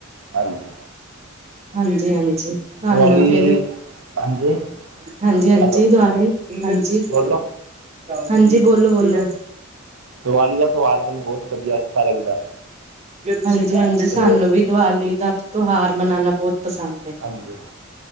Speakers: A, on the right; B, on the right.
A: ਹਾਂਜੀ।
B: ਹਾਂਜੀ, ਹਾਂਜੀ। ਸਾਨੂੰ
A: ਦੀਵਾਲੀ
B: ਫਿਰ
A: ਹਾਂਜੀ
B: ਹਾਂਜੀ, ਹਾਂਜੀ
A: ਹੈਲੋ
B: ਦਿਵਾਲੀ ਹਾਂਜੀ।
A: ਬੋਲੋ
B: ਹਾਂਜੀ ਬੋਲੋ, ਬੋਲੋ।
A: ਦੀਵਾਲੀ ਦਾ ਤਿਉਹਾਰ ਮੈਨੂੰ ਬਹੁਤ ਵਧੀਆ, ਅੱਛਾ ਲੱਗਦਾ।
B: ਹਾਂਜੀ, ਹਾਂਜੀ ਸਾਨੂੰ
A: ਤੇ
B: ਵੀ ਦੀਵਾਲੀ ਦਾ ਤਿਉਹਾਰ ਮਨਾਣਾ ਬਹੁਤ ਪਸੰਦ ਏ਼।
A: ਹਾਂਜੀ।